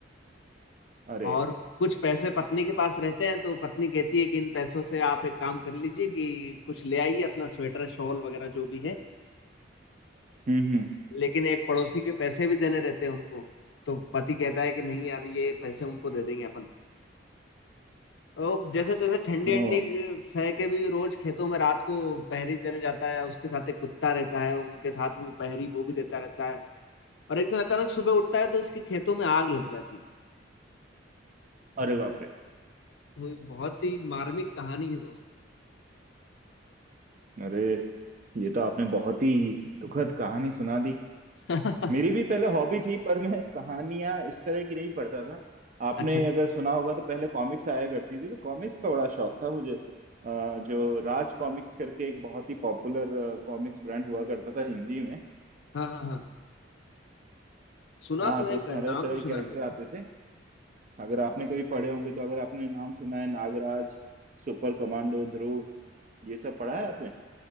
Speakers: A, on the right; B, on the left.
A: अरे
B: और कुछ पैसे पत्नी के पास रहते हैं तो पत्नी कहती है कि इन पैसों से आप एक काम कर लीजिए कि कुछ ले आइए अपना स्वेटर शॉल वगैरह जो भी है
A: हम्म
B: लेकिन एक पड़ोसी के पैसे भी देने रहते हैं उनको तो पति कहता है कि नहीं यार ये पैसे उनको दे देंगे अपन तो जैसे तैसे ठंडी
A: हम्म
B: अंडी
A: ओ
B: सह के भी रोज खेतों में रात को पहरी देने जाता है उसके साथ एक कुत्ता रहता है उनके साथ वो पहरी वो भी देता रहता है और एक दिन अचानक सुबह उठता है तो उसके खेतों में आग लग जाती है
A: अरे बाप रे
B: तो ये बहुत ही मार्मिक कहानी है दोस्त
A: अरे ये तो आपने बहुत ही दुखद कहानी सुना दी
B: <laughs>
A: मेरी भी पहले हॉबी थी पर मैं कहानियां इस तरह की नहीं पढ़ता था आपने
B: अच्छा अच्छा
A: अगर सुना होगा तो पहले कॉमिक्स आया करती थी तो कॉमिक्स का बड़ा शौक था मुझे अ, जो राज कॉमिक्स करके एक बहुत ही पॉपुलर कॉमिक्स ब्रांड हुआ करता था हिंदी में
B: हाँ हाँ हाँ सुना
A: हाँ
B: तो
A: तो
B: है
A: उसमें
B: क-
A: अलग
B: नाम
A: तरह
B: तो
A: के
B: सुना
A: कैरेक्टर
B: है मैंने
A: आते थे अगर आपने कभी पढ़े होंगे तो अगर आपने नाम सुना है नागराज सुपर कमांडो ध्रुव ये सब पढ़ा है आपने